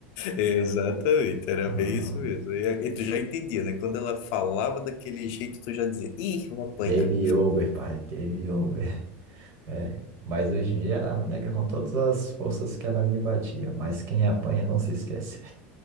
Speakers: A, on the left (about 65°); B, on the right (about 50°).
A: Exatamente, era
B: Ah,
A: bem isso mesmo. E, a- e tu já entendia, né? Quando ela falava daquele jeito, tu já dizia: Ih, vou apanhar.
B: game over, pai, game over. É, mas hoje em dia ela nega com todas as forças que ela me batia, mas quem apanha não se esquece.